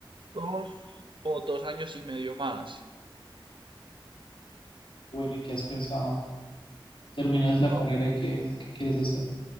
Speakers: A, on the right; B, on the left.
A: dos o dos años y medio más.
B: Bueno, ¿y qué has pensado? ¿Terminas
A: No,
B: la carrera y qué, qué quieres hacer?